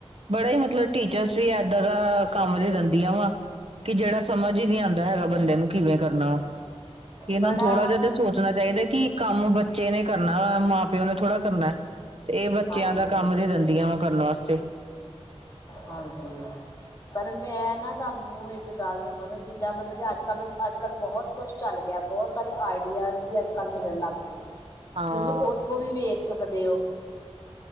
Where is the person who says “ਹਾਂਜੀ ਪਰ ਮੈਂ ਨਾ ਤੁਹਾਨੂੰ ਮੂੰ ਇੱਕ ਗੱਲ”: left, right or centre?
Left